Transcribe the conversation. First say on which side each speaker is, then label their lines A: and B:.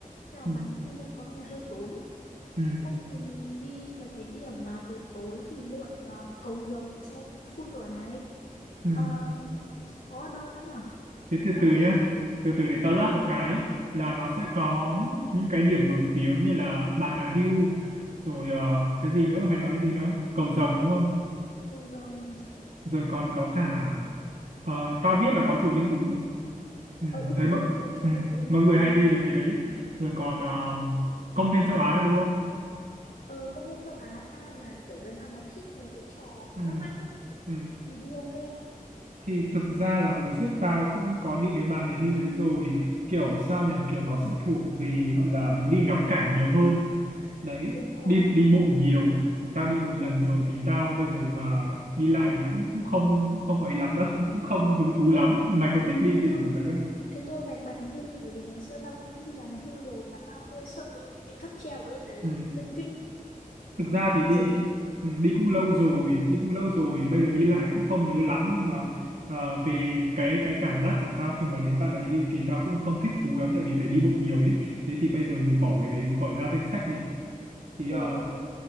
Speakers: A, on the left (about 75°); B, on the right (about 70°).
A: nhưng mà
B: Ừ,
A: Bà Nà Hill lên có vẻ hơi tốn
B: ừ,
A: không thì mình đi mấy cái điểm mà buổi tối thì lượn ờ, cầu rồng xem phun lửa này
B: ừ.
A: Ờ, có ở đâu nữa nhở
B: Thế từ
A: ra
B: từ
A: biển
B: nhá. Từ từ để tao lát một cái là nó sẽ có những cái điểm nổi tiếng như là Bà Nà Hill, rồi ờ, cái gì nữa? Mày nói cái gì nữa? Cầu Rồng đúng không?
A: cầu rồng
B: Rồi còn có cả ờ, tao biết là có chùa Linh Ứng Ừ,
A: ờ ừ
B: thấy mọi
A: đúng có chùa
B: ừ,
A: Linh Ứng
B: mọi người
A: ừ.
B: hay đi về cái đấy rồi còn ờ, công viên châu Á nữa đúng không
A: ờ công viên châu Á ai mà kiểu đứa nào mà thích mấy cái trò cảm
B: ừ,
A: giác mạnh ấy
B: ừ.
A: thì đi ok
B: thì thực ra là hồi trước tao cũng có đi cái Bà Nà Hills đấy rồi kiểu sao nhỉ kiểu nó sẽ thuộc về gọi là mình đi ngắm cảnh nhiều hơn đấy
A: đúng rồi
B: đi đi bộ nhiều tao đi một lần rồi thì tao bây giờ mà đi lại thì cũng cũng không cũng không ấy lắm đâu <laughs> cũng không hứng thú
A: ừ
B: lắm mày có thích đi
A: thế
B: kiểu
A: thôi
B: đấy không
A: Thế tôi gạch Bà Nà Hills đi bởi vì ngày xưa tao cũng đi Bà Nà Hills rồi mà tao hơi sợ đi cáp treo lên đấy,
B: ừ.
A: hơi kinh, ấy,
B: thực ra
A: hơi
B: thì đi
A: giật giật.
B: ừ, đi cũng
A: Ừ,
B: lâu rồi đi cũng lâu rồi bây giờ đi lại cũng không nhớ lắm nhưng mà ờ, về cái cái cảm giác của tao khi mà đến Bà Nà Hills thì tao cũng không thích thú lắm tại vì phải đi bộ nhiều ấy thế thì bây giờ mình bỏ cái đấy khỏi ra danh sách đi thì
A: ờ
B: ờ,
A: ok.